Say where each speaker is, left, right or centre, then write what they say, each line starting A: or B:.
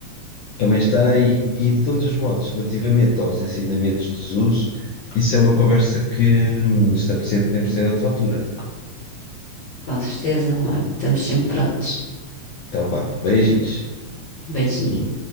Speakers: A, on the left (about 80°); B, on the left (about 65°).
A: Também está aí, e de todos os modos, relativamente aos ensinamentos de Jesus, isso é uma conversa que hum, se te podemos ter noutra altura.
B: Com certeza, amor. Estamos sempre prontos.
A: Então vá, beijinhos.
B: Beijinho.